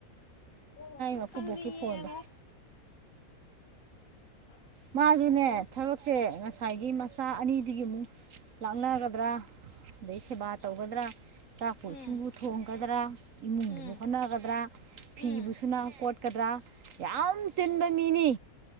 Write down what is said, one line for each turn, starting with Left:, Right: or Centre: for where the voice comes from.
Left: ꯑꯣ
Right: ꯃꯀꯨꯕꯣꯛꯀꯤ
Left: ꯈꯪꯗꯦ ꯌꯦꯡꯉꯣ
Right: ꯐꯣꯟꯗꯣ
Left: <unintelligible>
Right: ꯃꯥꯁꯨꯅꯦ
Left: ꯑꯣ
Right: ꯊꯕꯛꯁꯦ ꯉꯁꯥꯏꯒꯤ ꯃꯆꯥ ꯑꯅꯤꯗꯨꯒꯤ ꯑꯃꯨꯛ ꯂꯥꯛꯅꯒꯗ꯭ꯔꯥ ꯑꯗꯩ ꯁꯦꯕꯥ ꯇꯧꯒꯗ꯭ꯔꯥ ꯆꯥꯛꯄ
Left: ꯎꯝ
Right: ꯏꯁꯤꯡꯕꯨ ꯊꯣꯡꯒꯗ꯭ꯔꯥ ꯏꯃꯨꯡꯒꯤꯃꯨꯛ
Left: ꯎꯝ
Right: ꯍꯣꯠꯅꯒꯗ꯭ꯔꯥ ꯐꯤꯕꯨꯁꯨꯅ
Left: ꯎꯝ
Right: ꯀꯣꯠꯀꯗ꯭ꯔꯥ ꯌꯥꯝ ꯆꯤꯟꯕ ꯃꯤꯅꯤ